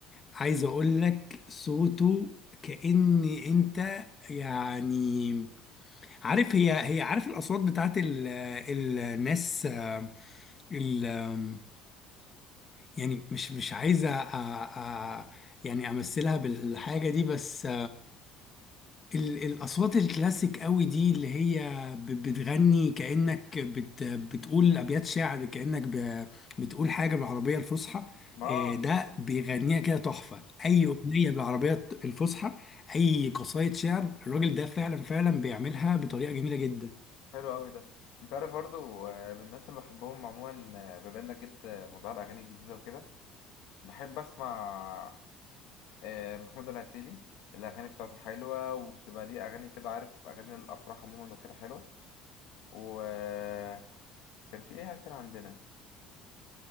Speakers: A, on the left (about 30°); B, on the left (about 75°).
A: عايز اقول لك صوته كأن انت يعني عارف هي هي عارف الاصوات بتاعت ال ال- الناس آه، ال آم، يعني مش مش عايزه آه، آه، يعني امثلها بالحاجه دي بس ال- الأصوات الكلاسيك قوي دي اللي هي ب- بتغني كأنك بت بتقول أبيات شعر كأنك ب- بتقول حاجة بالعربية الفصحى
B: آه
A: آه، ده بيغنيها كده تحفة أي أغنية بالعربية الفصحى أي قصايد شعر الراجل ده فعلا فعلا بيعملها بطريقة جميلة جدا
B: حلو أوي ده أنت عارف برضو آه من الناس اللي بحبهم عموما آه، بما إنك جبت آه، موضوع الأغاني الجديدة وكده بحب أسمع آه، محمود العسيلي الأغاني بتاعته حلوة وبتبقى ليه أغاني كده عارف أغاني الأفراح عموما وكده حلوة وكان في إيه تاني عندنا